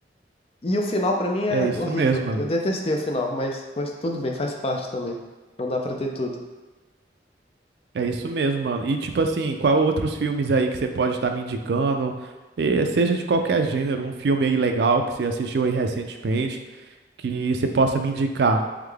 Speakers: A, on the left (about 35°); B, on the right (about 65°).
A: E o final pra mim é
B: É isso
A: horrível.
B: mesmo, mano.
A: Eu detestei o final, mas, mas tudo bem, faz parte também. Não dá pra ter tudo.
B: É isso mesmo, mano. E tipo assim, qual outros filmes aí que você pode estar me indicando? Eh, seja de qualquer gênero, um filme aí legal que você assistiu aí recentemente, que você possa me indicar.